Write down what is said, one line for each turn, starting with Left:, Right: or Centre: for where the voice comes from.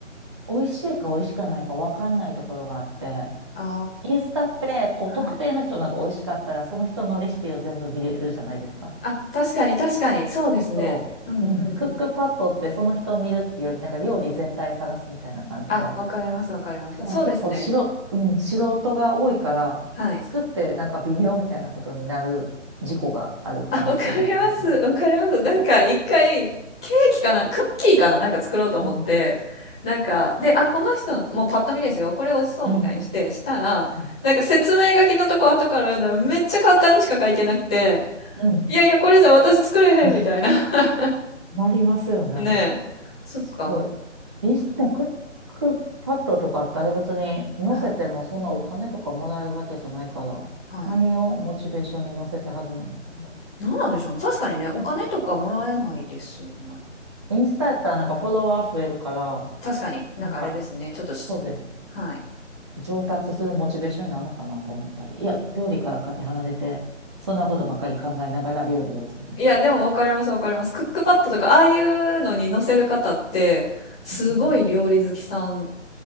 Right: 美味しいか美味しくないか分かんないところがあって、
Centre: あ
Right: インスタって、こう、特定の人のが美味しかったら、
Centre: あ、はい。
Right: その人のレシピを全部見れるじゃないですか。
Centre: あ、確かに確かに、そうですね。
Right: そう。
Centre: うんうんうん。
Right: うん。クックパッドって、その人を見るっていうより、なんか料理全体探すみたいな感じで。
Centre: あ、わかりますわかります。
Right: しかも結構しろ、
Centre: そうですね。
Right: うん、素人が多いから、
Centre: はい。
Right: 作ってなんか微妙みたいなことになる事故がある可能性が高いなと。
Centre: <laughs> あ、わかります。わかります。なんか一回、ケーキかな、クッキーかな、なんか作ろうと思って、
Right: うん。
Centre: なんか、で、あ、この人の、もうパッと見ですよ、これ美味しそうみたいにして、
Right: うん。
Centre: したら、
Right: うん。
Centre: なんか説明書きのとこ後から読んだらめっちゃ簡単にしか書いてなくて、
Right: うん。
Centre: いやいや、これじゃ私作れへんみたいな。
Right: <laughs>
Centre: <laughs>
Right: なりますよね。
Centre: ねえ。そっか。
Right: すごい。リスナークックパッドとかってあれ別に載せてもそんなお金とかもらえるわけじゃないから、
Centre: はい。はい。
Right: 何をモチベーションに載せてはるのって
Centre: 何なんでしょうね。確かにね、お金とかもらえないですよね、
Right: ねえ。インスタやったらなんかフォロワー増えるから、
Centre: 確かになんかあれですね。
Right: なんか、
Centre: ちょっとし、
Right: そうです。
Centre: はい。
Right: 上達するモチベーションになるのかなと思ったり、いや、料理からかけ離れて、そんなことばかり考えながら料理を作るんですけど。
Centre: いや、でもわかります、わかります。クックパッドとか、ああいうのに載せる方って、すごい料理好きさん
Right: うん